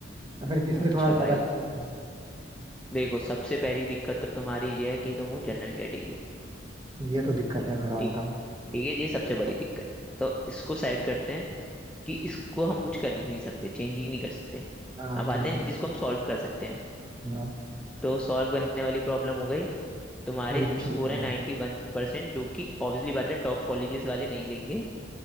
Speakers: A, on the right; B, in the centre.
A: या फिर किसमें
B: अच्छा
A: थोड़ा ज्यादा
B: भाई
A: स्कोप है
B: देखो सबसे पहली दिक्कत तो तुम्हारी ये है कि तुम हो जनरल कैटेगरी
A: ये तो दिक्कत है मैं मानता
B: ठीक
A: हूँ
B: ठीक है ये सबसे बड़ी दिक्कत तो इसको साइड करते हैं कि इसको हम कुछ कर ही नहीं सकते चेंज ही नहीं कर सकते
A: हाँ
B: अब आते
A: ठीक
B: हैं
A: है
B: जिसको हम सॉल्व कर सकते हैं
A: हाँ
B: तो सॉल्व करने वाली प्रॉब्लम हो गई तुम्हारे
A: एडमिशन
B: स्कोर
A: लेना
B: है 91%
A: है
B: वन परसेंट जो कि ऑब्वियसली बात है टॉप कॉलेजेस वाले नहीं लेंगे